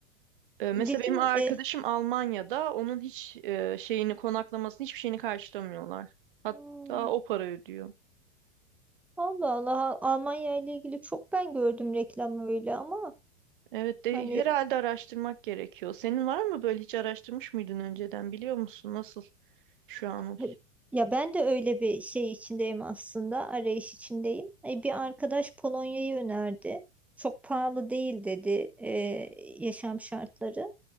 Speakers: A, on the right (about 50°); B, in the centre.
A: E, mesela
B: Bizim
A: benim arkadaşım
B: e,
A: Almanya'da onun hiç e, şeyini konaklamasını hiçbir şeyini karşılamıyorlar. Hatta
B: hmm,
A: o para ödüyor.
B: Allah Allah Almanya ile ilgili çok ben gördüm reklam öyle ama
A: Evet de
B: hani
A: herhalde araştırmak gerekiyor. Senin var mı böyle hiç araştırmış mıydın önceden biliyor musun nasıl şu an o?
B: he- ya ben de öyle bir şey içindeyim aslında arayış içindeyim. E, bir arkadaş Polonya'yı önerdi. Çok pahalı değil dedi e, yaşam şartları.